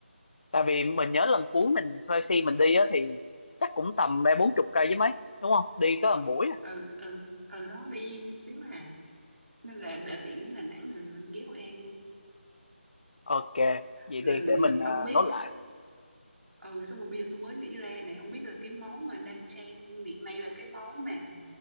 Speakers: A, on the left; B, on the right.
A: tại vì mình nhớ lần cuối mình thuê xe mình đi á thì chắc cũng tầm ba bốn chục cây chứ mấy đúng không đi có một buổi à.
B: ừ ừ ừ đó đi xíu hà nên là để tiện đến Đà Nẵng thì lên ghé Hội An luôn
A: ok vậy
B: rồi
A: đi để mình ờ,
B: ông biết
A: nốt lại
B: ừ xong rồi bây giờ tôi mới nghĩ ra nè ông biết là cái món mà đang trend hiện nay là cái món mà